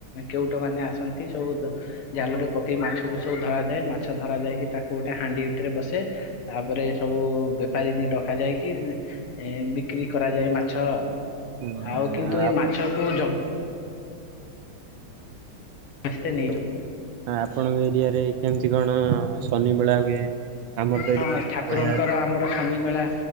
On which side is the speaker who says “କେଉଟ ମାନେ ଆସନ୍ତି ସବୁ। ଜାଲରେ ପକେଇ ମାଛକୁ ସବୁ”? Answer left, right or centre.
Left